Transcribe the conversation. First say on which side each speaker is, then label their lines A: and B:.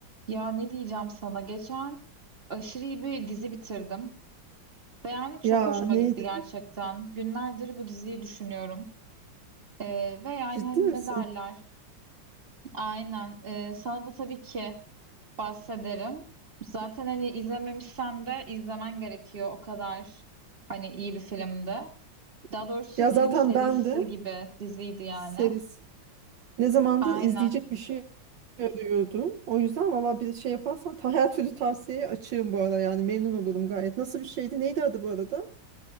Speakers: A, on the right; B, on the right.
A: Ya ne diyeceğim sana? Geçen aşırı iyi bir dizi bitirdim. Ve yani çok
B: Ya
A: hoşuma
B: neydi?
A: gitti gerçekten. Günlerdir bu diziyi düşünüyorum. Ee, ve yani
B: Ciddi
A: hani
B: misin?
A: ne derler? Aynen. Ee, sana da tabii ki bahsederim. Zaten hani izlememişsen de izlemen gerekiyor. O kadar hani iyi bir filmdi. Daha doğrusu
B: Ya
A: film
B: zaten
A: serisi
B: ben de
A: gibi diziydi yani.
B: seris. Ne zamandır
A: Aynen.
B: izleyecek bir şey arıyordum. O yüzden valla bir şey yaparsan ta her türlü tavsiyeye açığım bu ara yani memnun olurum gayet. Nasıl bir şeydi? Neydi adı bu arada?